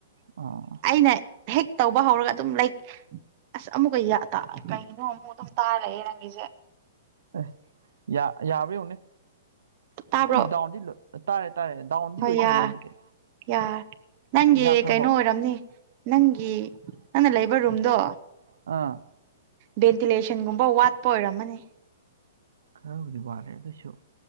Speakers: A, on the right (about 80°); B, on the right (about 35°).
A: ꯑꯣ
B: ꯑꯩꯅ ꯍꯦꯛ ꯇꯧꯕ ꯍꯧꯔꯒ ꯑꯗꯨꯝ ꯂꯥꯏꯛ ꯑꯁ ꯑꯃꯨꯛꯀꯩ ꯀꯩꯅꯣ ꯑꯃꯨꯛ ꯑꯗꯨꯝ ꯇꯥꯔꯛꯑꯦ ꯅꯪꯒꯤꯁꯦ
A: ꯑꯦ ꯌꯥꯕ꯭ꯔ ꯌꯧꯅꯦ
B: ꯇꯥꯕ꯭ꯔꯣ
A: ꯑꯩꯗꯥꯎꯟꯗꯤ ꯇꯥꯔꯦ ꯇꯥꯔꯦ ꯗꯥꯎꯟꯗꯤ
B: ꯍꯣꯏ
A: ꯂꯣꯏ
B: ꯌꯥꯔ
A: ꯊꯝꯃꯦ ꯑꯩꯒꯤꯗꯤ
B: ꯌꯥꯔꯦ ꯅꯪꯒꯤ
A: ꯌꯥꯈ꯭ꯔꯕꯣ
B: ꯀꯩꯅꯣ ꯑꯣꯏꯔꯝꯅꯤ ꯅꯪꯒꯤ ꯅꯪꯅ ꯂꯩꯕ ꯔꯨꯝꯗꯣ
A: ꯑꯥ
B: ꯚꯦꯟꯇꯤꯂꯦꯁꯟꯒꯨꯝꯕ ꯋꯥꯠꯄ ꯑꯣꯏꯔꯝꯃꯅꯤ
A: ꯈꯔꯕꯨꯗꯤ ꯋꯥꯠꯂꯦ ꯑꯗꯨꯁꯨ